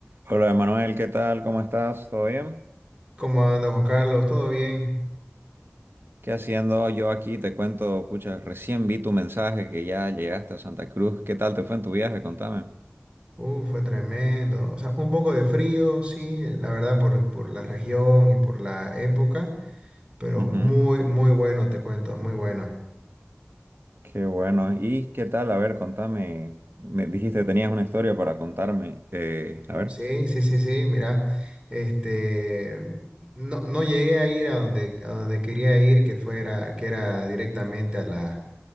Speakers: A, on the right; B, on the right.
A: Hola Manuel, ¿qué tal? ¿Cómo estás? ¿Todo bien?
B: ¿Cómo anda Juan Carlos? ¿Todo bien?
A: ¿Qué haciendo yo aquí? Te cuento, pucha, recién vi tu mensaje que ya llegaste a Santa Cruz. ¿Qué tal te fue en tu viaje? Contame.
B: Uh, fue tremendo. O sea, un poco de frío, sí, la verdad, por, por la región y por la época, pero
A: Ujú.
B: muy, muy bueno, te cuento, muy bueno.
A: Qué bueno. ¿Y qué tal? A ver, contame. Me dijiste que tenías una historia para contarme. Eh, a ver.
B: Sí, sí, sí, sí, mira, este, no, no llegué a ir a donde, a donde quería ir, que fuera, que era directamente a la,